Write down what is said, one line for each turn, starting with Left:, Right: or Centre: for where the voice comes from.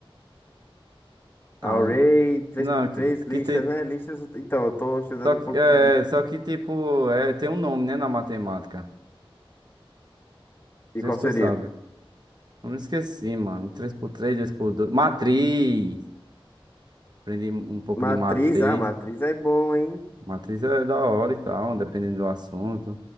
Right: Não,
Left: Array
Right: é-
Left: Três
Right: não,
Left: por
Right: que,
Left: três lixas,
Right: que tem
Left: né? Lixas, então, eu tô estudando
Right: Só que,
Left: um pouco
Right: é,
Left: de
Right: só que tipo, é, tem um nome, né, na matemática.
Left: E
Right: Não
Left: qual
Right: sei se
Left: seria?
Right: tu sabe. Eu me esqueci, mano. três por três dois por dois Matriz! Aprendi um pouco
Left: Matriz,
Right: de matriz.
Left: ah, matriz é bom, hein?
Right: Matriz é da hora e tal, dependendo do assunto.